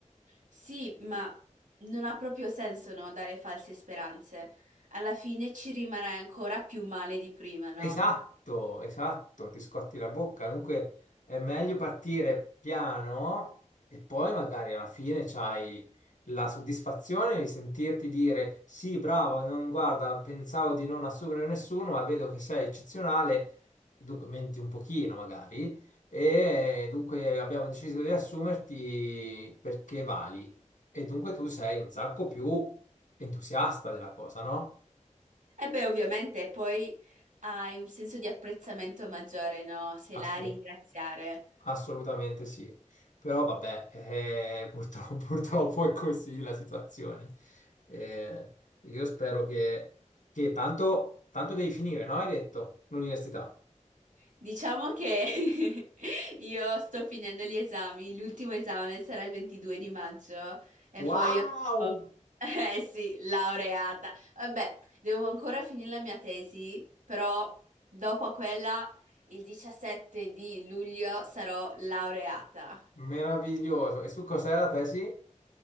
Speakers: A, on the right (about 85°); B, on the left (about 80°).
A: sì, ma non ha proprio senso, no, dare false speranze. Alla fine ci rimarrai ancora più male di prima, no?
B: Esatto, esatto, ti scotti la bocca. Dunque è meglio partire piano e poi magari alla fine c'hai la soddisfazione di sentirti dire sì, bravo, non, guarda, pensavo di non assumere nessuno, ma vedo che sei eccezionale, dunque menti un pochino magari, e dunque abbiamo deciso di assumerti perché vali. E dunque tu sei un sacco più entusiasta della cosa, no?
A: E beh, ovviamente poi hai un senso di apprezzamento maggiore, no? Sei
B: Assolutamente.
A: là a ringraziare.
B: Assolutamente sì, però vabbè, eh, purtroppo, <laughs> purtroppo è così la situazione. Eh, io spero che, che tanto, tanto devi finire, no? Hai detto l'università.
A: Diciamo che <laughs> io sto finendo gli esami, l'ultimo esame sarà il 22 di maggio e
B: Wow!
A: poi io sarò- <laughs> eh sì, laureata. Vabbè, devo ancora finire la mia tesi, però dopo quella, il 17 di luglio, sarò laureata.
B: Meraviglioso. E su cos'è la tesi?